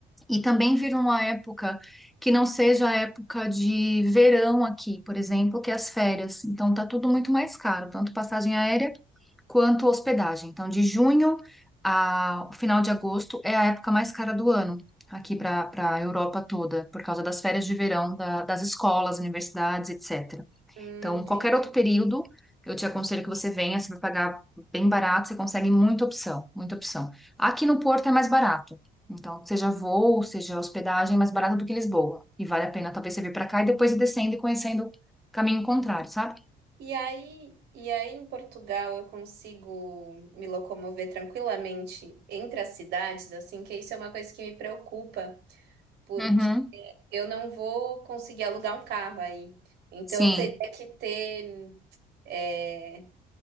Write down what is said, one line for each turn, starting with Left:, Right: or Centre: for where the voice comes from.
Centre: e também vir numa época que não seja a época de verão aqui, por exemplo, que é as férias. Então tá tudo muito mais caro, tanto passagem aérea quanto hospedagem. Então, de junho a o final de agosto é a época mais cara do ano aqui para para a Europa toda, por causa das férias de verão da- das escolas, universidades, etc.
Right: hum,
Centre: Então,
Right: entendi.
Centre: qualquer outro período, eu te aconselho que você venha, você vai pagar bem barato, você consegue muita opção, muita opção. Aqui no Porto é mais barato. Então, seja voo, seja hospedagem, é mais barato do que Lisboa. E vale a pena talvez você vir para cá e depois ir descendo e conhecendo o caminho contrário, sabe?
Right: E aí, e aí em Portugal eu consigo me locomover tranquilamente entre as cidades, assim, que isso é uma coisa que me preocupa, porque
Centre: Uhum.
Right: eu não vou conseguir alugar um carro aí. Então
Centre: Sim,
Right: eu teria que ter, é,